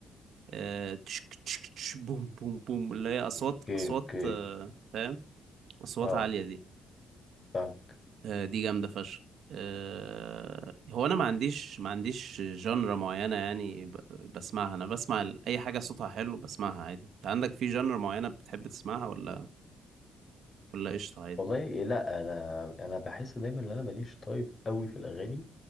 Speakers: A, on the right; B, on the left.
A: آه، تشك تشك تش بوم بوم بوم اللي هي اصوات
B: أوكي
A: اصوات
B: أوكي
A: آه، فاهم اصوات
B: أه
A: عاليه دي
B: فاهمك
A: آه، دي جامده فشخ آه، هو انا ما عنديش ما عنديش جنرا معينه يعني ب- بسمعها انا بسمع ال- اي حاجه صوتها حلو بسمعها عادي انت عندك في جنرا معينه بتحب تسمعها ولا ولا قشطه عادي
B: والله لا انا انا بحس دايما ان انا ماليش طيب قوي في الاغاني